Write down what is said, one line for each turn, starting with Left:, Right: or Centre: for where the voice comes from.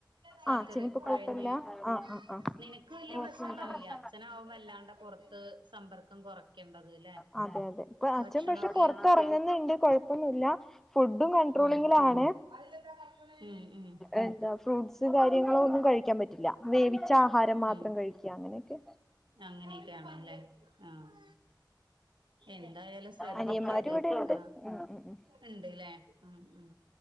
Right: സർജറി
Centre: ആഹ് ചിനിപ്പൊ
Right: ഒക്കെ
Centre: കൊഴപ്പില്ല
Right: കഴിഞ്ഞ്
Centre: ആ് ഹ് ആഹ് ആഹ്
Right: നിനക്ക് വലിയ പ്രശ്നം ഉണ്ടാവില്ല അച്ഛനാവും വല്ലാണ്ട പുറത്ത് സമ്പർക്കം കുറയ്ക്കേണ്ടത് ല്ലേ
Centre: ആ അതെ അതെ ഇപ്പൊ അച്ഛൻ
Right: ഭക്ഷണൊക്കെ
Centre: പക്ഷെ പൊറത്തിറങ്ങുന്നുണ്ട് കുഴ പ്പൊന്നുല്ല ഫുഡും കൺട്രോളിങ്ങിലാണ്
Right: ഉം ഉം ഉം
Centre: എന്താ ഫ്രൂട്ട്സ് കാര്യങ്ങളോ ഒന്നും കഴിക്ക ക്കാൻ പറ്റില്ല വേവിച്ച ആഹാരം മാത്രം
Right: ഉം
Centre: കഴിക്കാ അങ്ങനെയൊക്കെ
Right: അങ്ങനെയൊക്കെയാണല്ലേ ആഹ് എന്തായാലും ശ്രദ്ധിക്കത്
Centre: അനിയന്മാര് ഇവിടെണ്ട്
Right: ആ
Centre: ഉം ഉം ഉം
Right: ഉണ്ട്ല്ലേ ഉം ഉം